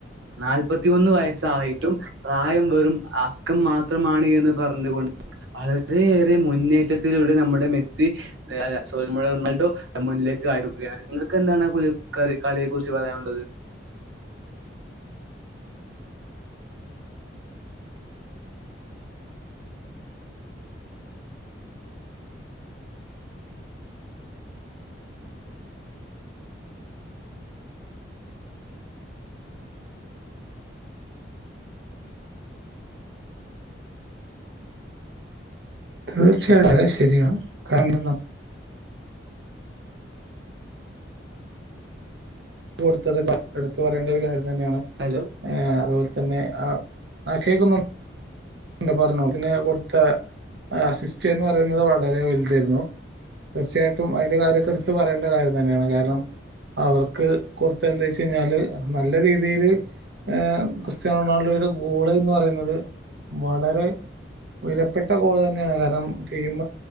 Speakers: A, on the right; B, on the right.
A: നാല്പത്തിയൊന്ന് വയസ്സായിട്ടും പ്രായം വെറും അക്കം മാത്രമാണ് എന്ന് പറഞ്ഞുകൊണ്ട് വളരെയേറെ മുന്നേറ്റത്തിൽ ഇവിടെ നമ്മുടെ മെസ്സി സോറി നമ്മുടെ റൊണാൾഡോ മു നിങ്ങൾക്ക് എന്താണ് കളിയെ കുറിച്ച് പറയാനുള്ളത്
B: തീര്‍ച്ചയായിട്ടും വളരെ ശരിയാണ് കാരണം ന കൊടുത്തത് എടുത്ത് പറയേണ്ട ഒരു കാര്യം തന്നെയാണ്
A: ഹലോ
B: അതുപോലെ തന്നെ ആ ആ കേൾക്കുന്നു ഉണ്ട് പറഞ്ഞോ പിന്നെ കൊടുത്ത അസിസ്റ്റ് എന്ന് പറയുന്നത് വളരെ വലുതായിരുന്നു തീർച്ചയായിട്ടും അതിന്റെ കാര്യമൊക്കെ എടുത്ത പറയേണ്ട കാര്യം തന്നെയാണ് കാരണം അവർക്ക് കൊടുത്ത് എന്താവെച്ച് കഴിഞ്ഞാൽ നല്ല രീതിയിൽ ഏ ക്രിസ്റ്റ്യാനോ റൊണാൾഡോയുടെ ഗോൾ എന്ന് പറയുന്നത് വളരെ വിലപ്പെട്ട ഗോൾ തന്നെയാണ് കാരണം ടീം